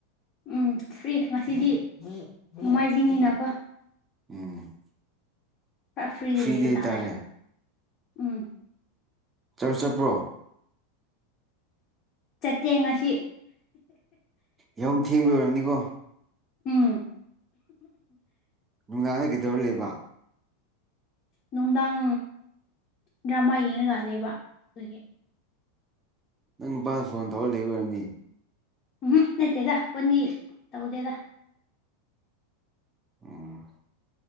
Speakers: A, on the left; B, on the right.
A: ꯎꯝ ꯐ꯭ꯔꯤ ꯉꯁꯤꯗꯤ ꯅꯣꯡꯃꯥꯏꯖꯤꯡꯅꯤꯅꯀꯣ
B: ꯎꯝ
A: ꯄꯨꯔꯥ ꯐ꯭ꯔꯤꯗ
B: ꯐ꯭ꯔꯤꯗꯤ
A: ꯂꯩꯕ ꯇꯥꯔꯦ
B: ꯍꯥꯏꯇꯥꯔꯦ
A: ꯎꯝ
B: ꯆꯔꯁ‌ ꯆꯠꯄ꯭ꯔꯣ
A: ꯆꯠꯇꯦ ꯉꯥꯁꯤ
B: ꯌꯥꯍꯧ ꯊꯦꯡꯕꯩ ꯑꯣꯏꯔꯝꯅꯤꯀꯣ
A: ꯎꯝ
B: ꯅꯨꯡꯗꯥꯡꯗ ꯀꯩꯗꯧꯔ ꯂꯩꯕ
A: ꯅꯨꯡꯗꯥꯡ ꯗ꯭ꯔꯃꯥ ꯌꯦꯡꯉꯒ ꯂꯩꯕ ꯑꯗꯨꯒꯤ
B: ꯅꯪ ꯅꯨꯄꯥꯗ ꯐꯣꯟ ꯇꯧꯔꯒ ꯂꯩꯕ ꯑꯣꯏꯔꯝꯅꯤ
A: ꯎꯝ ꯅꯠꯇꯦꯗ ꯐꯣꯟꯗꯤ ꯇꯧꯗꯦꯗ
B: ꯎꯝ